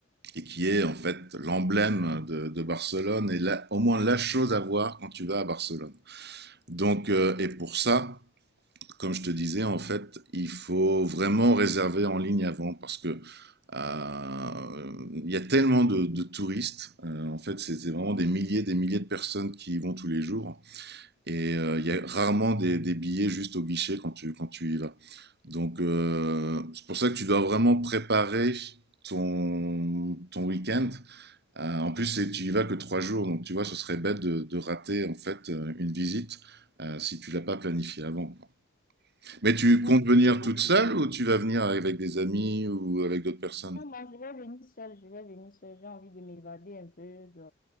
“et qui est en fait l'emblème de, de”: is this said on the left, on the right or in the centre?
Right